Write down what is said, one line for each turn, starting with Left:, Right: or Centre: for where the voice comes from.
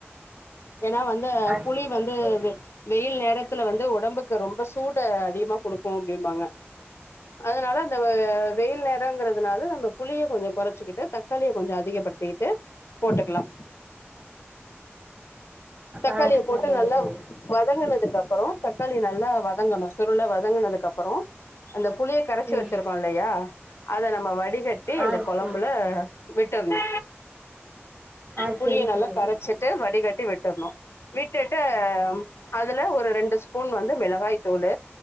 Left: ஏன்னா வந்து இந்த
Right: ஆ
Left: புலி
Right: சரி
Left: வந்து
Right: தோழி
Left: வெ- வெயில் நேரத்துல வந்து உடம்புக்கு ரொம்ப சூட அதிகமா கொடுக்கு அப்டிம்பாங்க அதனால அந்த வெயில் நேரங்கறதுனால நம்ம புளிய கொஞ்ச குறைச்சிக்கிட்டு த காலிய கொஞ்ச அதிகப்படுத்திக்கிட்டு போட்டுக்கலா தக்காளிய
Right: அ சரிங்க
Left: போட்டு நல்லா
Right: தோழி
Left: வதங்குனதுக்கு அப்புறோ தக்காளி நல்லா வதங்கணு சுருளா வதங்கனதுக்குப்புறோ அந்த புளிய கரைச்சி
Right: ம்
Left: வச்சிருக்கோ இல்லையா அத நம்ம வடிக கட்டி
Right: ஆ
Left: இந்த குழம்புல
Right: சரி
Left: விட்டர்னு
Right: ஆ
Left: புளிய
Right: சரி
Left: நல்லா
Right: தோழி
Left: கரைச்ச சிட்டு வடிகட்டி விட்டுர்னு விட்டுட்டு அதுல ஒரு ரெண்டு ஸ்பூன் வந்து மிளகாய் தூள்